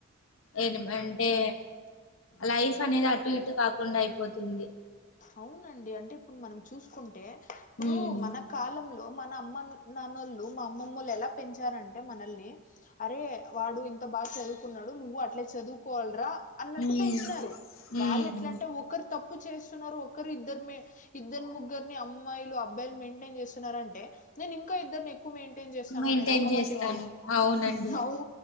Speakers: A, on the left; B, on the left.
A: ఏ అంటే లైఫ్ అనేది అటు ఇటు కాకుండా అయిపోతుంది
B: అవునండి అంటే ఇప్పుడు మనం చూసుకుంటే ఇప్పుడు
A: ఉమ్
B: మన కాలంలో మన అమ్మన్ నాన్నోళ్ళు మా అమ్మమ్మోళ్ళు ఎలా పెంచారంటే మనల్ని అరే వాడు ఇంత బాగా చదువుకున్నాడు నువ్వు అట్లే చదువుకోవలరా అన్నట్టు
A: ఉమ్
B: పెంచినారు వాళ్ళ
A: ఉమ్
B: ఎట్లంటే ఒకరు తప్పు చేస్ తున్నారు ఇద్దరు ఇద్దరు ముగ్గురిని అమ్మాయిలు అబ్బాయిలు మెయింటైన్ చేస్తున్నారు అంటే నేను ఇంకా ఇద్దరిని ఎక్కువ మెయింటైన్ చేస్తాననే
A: మెయింటైన్
B: రకం
A: చేస్తాను
B: అండి వాళ్ళు
A: అవునండి
B: అవ్